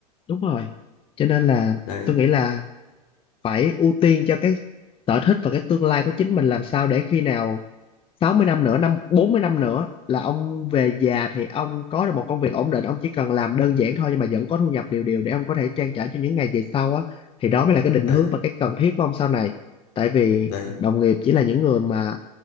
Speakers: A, on the left (about 25°); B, on the left (about 60°).
A: đúng rồi cho nên là
B: đấy
A: tôi nghĩ là phải ưu tiên cho cái sở thích và cái tương lai của chính mình làm sao để khi nào sáu mươi năm nữa năm 40 năm nữa là ông về già thì ông có được một công việc ổn định ông chỉ cần làm đơn giản thôi nhưng mà vẫn có thu nhập đều đều để ông có thể trang trải cho những ngày về sau á thì đó mới là cái định
B: đấy
A: hướng và cái cần thiết của ông sau này tại vì
B: đấy
A: đồng nghiệp chỉ là những người mà